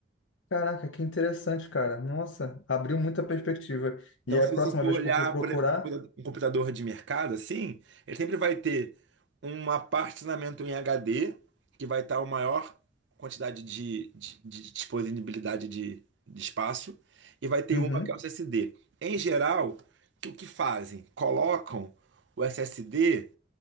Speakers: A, on the left (about 80°); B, on the right (about 75°).
A: Caraca, que interessante, cara. Nossa, abriu muita perspectiva.
B: Então,
A: E aí,
B: se
A: a
B: você
A: próxima
B: for
A: vez
B: olhar,
A: que eu for procurar,
B: por exemplo, um computador de mercado, assim, ele sempre vai ter um armazenamento em HD, que vai estar a maior quantidade de, de- de disponibilidade de, de espaço, e vai ter
A: uhum,
B: uma que é o SSD. Em geral, que- o que fazem? Colocam o SSD